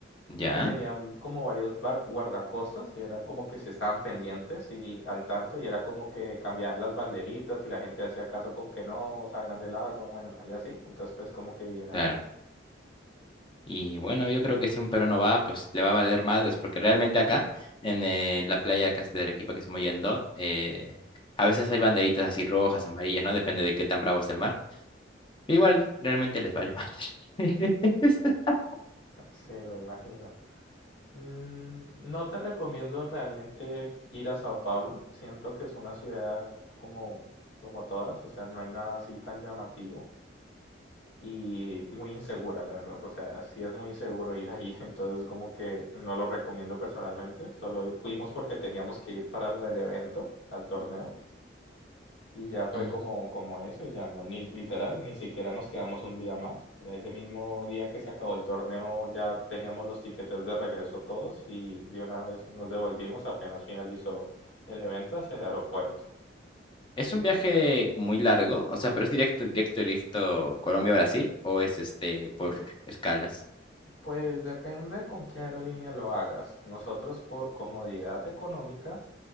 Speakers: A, on the left; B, on the left.
A: ¿Ya?
B: y tenían como varios bar- guardacostas y eran como que si estaban pendientes y al tanto y era como que cambiaban las banderitas y la gente hacía caso como que no salgan del agua, bueno, y así, entonces pues como que bien ahí.
A: Claro. Y bueno, yo creo que si un peruano va, pues le va a valer madres, porque realmente acá, en, eh, en la playa acá de Arequipa que estamos yendo, eh, a veces hay banderitas así rojas, amarillas, ¿no? Depende de qué tan bravo esté el mar. Pero igual, realmente les vale madres. <laughs>
B: Sí, me imagino. Mm, no te recomiendo realmente ir a Sao Paulo. Siento que es una ciudad como, como todas, o sea, no hay nada así tan llamativo y muy insegura, la verdad. O sea, sí es muy inseguro ir ahí, <laughs> entonces como que no lo recomiendo personalmente. Solo fuimos porque teníamos que ir para lo del evento, al torneo. Y ya fue
A: Mm.
B: como, como eso, y ya no, ni literal, ni siquiera nos quedamos un día más. Ya Ese mismo día que se acabó el torneo ya teníamos los tiquetes de regreso todos y de una vez nos devolvimos apenas finalizó el evento hacia el aeropuerto.
A: ¿Es un viaje muy largo? O sea, ¿pero es directo, directo, directo Colombia-Brasil? ¿O es este por escalas?
B: Pues depende con qué aerolínea lo hagas. Nosotros por comodidad económica